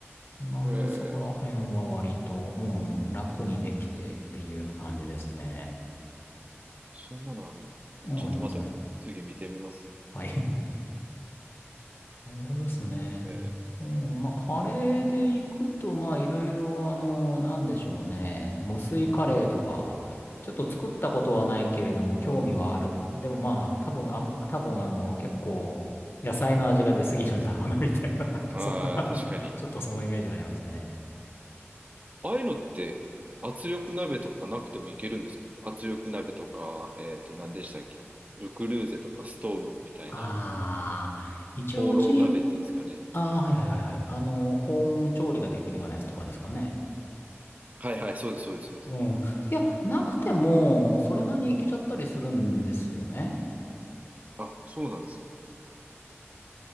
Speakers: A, on the left (about 55°); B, on the right (about 35°).
A: なんでそこら辺は割と、
B: ええ
A: うん、楽にできてっていう感じですね。
B: そんなのあるんだ。
A: うん、
B: ちょっとまた次見てみます。
A: あります、あります。はい。なるほどっすね。
B: ええ
A: うん、まあ、カレーで行くと、まあ、いろいろ、あの、なんでしょうね。無水カレーとか、ちょっと作ったことはないけれども、興味はある。でもまあ、多分、あ、多分、あの、結構、野菜の味が出すぎるんだろうな、みたいな、なんかそんな
B: ああ、確かに。
A: <laughs> ちょっとそのイメージありますね。
B: ああいうのって圧力鍋とかなくてもいけるんですか圧力鍋とか、えっと、何でしたっけあの、ルクルーゼとかストーブみたいな、
A: ああ、一応うちに、
B: ホーロー鍋っていうんですかね。
A: ああ、はいはいはいはい。あの、保温調理ができるようなやつとかですかね。
B: はいはい、そうです、そうです、そうです。
A: うん。いや、なくても、それなりにいけちゃったりするんですよね。
B: あ、そうなんですか。